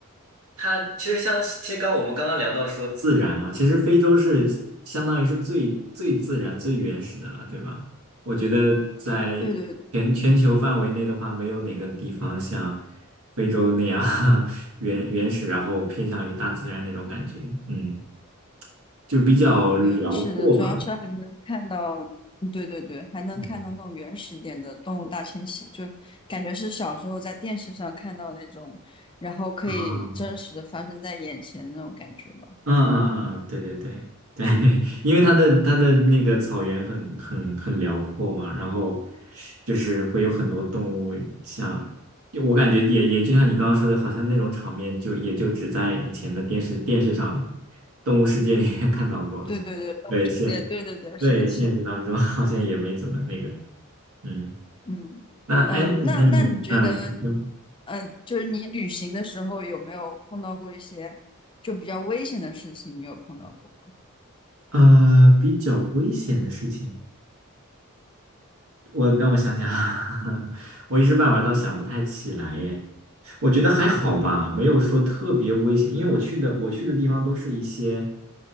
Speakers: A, on the right; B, on the left.
A: 它其实像，其实刚我们刚刚聊到说自然嘛，其实非洲是相当于是最最自然、最原始的了，对吧？我觉得在全全球范围内的话，
B: 对对
A: 没有哪个地方像非洲那样 <laughs> 原原始，然后偏向于大自然那种感觉，嗯，就比较辽阔吧。
B: 对，是的，主要是还能看到，嗯对对对，还能看到那种原始一点的动物大迁徙，
A: 嗯
B: 就感觉是小时候在电视上看到那种，然后可以真实的发生在眼前的那种感觉吧。
A: 啊，嗯嗯嗯嗯，对对对对，<laughs> 因为它的它的那个草原很很很辽阔嘛，然后就是会有很多动物像，就我感觉也也就像你刚刚说的，好像那种场面就也就只在以前的电视电视上《动物世界》里面看到过，
B: 对对对，动物世界对对对，
A: 对现对现实当中
B: 是的，是的，
A: <laughs> 好像也没怎么那个，嗯，
B: 嗯嗯，
A: 那哎那那你嗯你说
B: 那那你觉得，嗯，呃就是你旅行的时候有没有碰到过一些就比较危险的事情？你有碰到过吗？
A: 呃比较危险的事情。我让我想想，<laughs> 我一时半会儿倒想不太起来耶。我觉得还好吧，没有说特别危险，因为我去的我去的地方都是一些